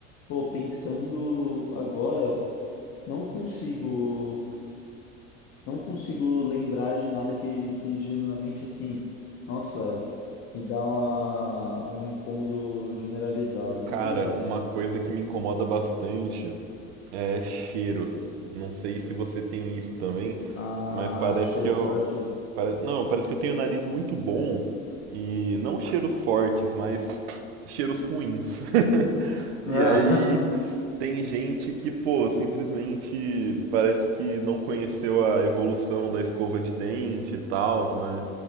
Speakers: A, on the left; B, on the right.
A: pô, pensando agora, não consigo, não consigo lembrar de nada que, que genuinamente, assim, nossa, me dá uma, um incômodo generalizado,
B: Cara,
A: de verdade.
B: uma coisa que me incomoda bastante é cheiro. Não sei se você tem isso também,
A: Ah,
B: mas parece
A: cheiros
B: que eu.
A: fortes.
B: pare- Não, parece que eu tenho o nariz muito bom e não cheiros fortes, mas cheiros ruins. <laughs> E
A: Ah,
B: aí
A: <laughs>
B: Tem gente que, pô, simplesmente parece que não conheceu a evolução da escova de dente e tal, né?